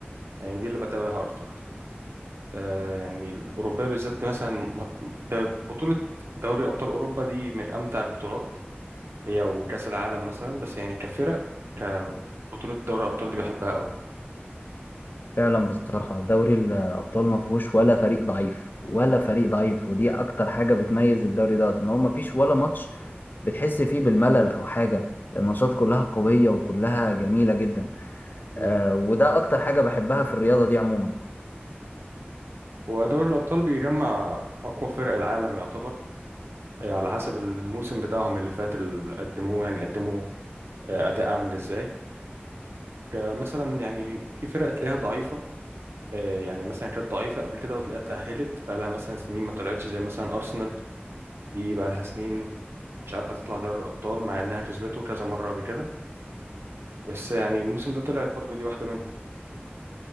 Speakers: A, on the right (about 80°); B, on the left (about 50°).
A: يعني دي اللي بتابعها اكتر آه، يعني الأوروبية بالذات مثلا م- ده بطولة دوري أبطال أوروبا دي من أمتع البطولات هي وكأس العالم مثلا بس يعني كفرق كبطولة دوري الأبطال دي بحبها أوي
B: فعلا بصراحة دوري الابطال ما فيهوش ولا فريق ضعيف ولا فريق ضعيف ودي اكتر حاجة بتميز الدوري ده ان هو ما فيش ولا ماتش بتحس فيه بالملل او حاجة الماتشات كلها قوية وكلها جميلة جدا
A: مم.
B: آه، وده اكتر حاجة بحبها في الرياضة دي عموما
A: ودوري الأبطال بيجمع أقوى فرق العالم يعتبر آه، على حسب الموسم بتاعهم اللي فات اللي قدموه يعني قدموا آه، أداء عامل إزاي كمثلا يعني في فرق تلاقيها ضعيفة آه، يعني مثلا كانت ضعيفة قبل كده وتلاقيها اتأهلت بقى لها مثلا سنين ما طلعتش زي مثلا أرسنال دي بقى لها سنين مش عارفة تطلع دوري الأبطال مع إنها كسبته كذا مرة قبل كده بس يعني الموسم ده طلعت برضو دي واحدة منهم